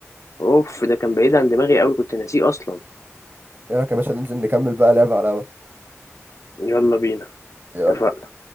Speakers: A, on the left (about 80°); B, on the right (about 40°).
A: اوف ده كان بعيد عن دماغي قوي كنت ناسيه اصلا
B: ايه رايك يا باشا ننزل نكمل بقى لعب على القهوة
A: يلا بينا
B: يلا.
A: اتفقنا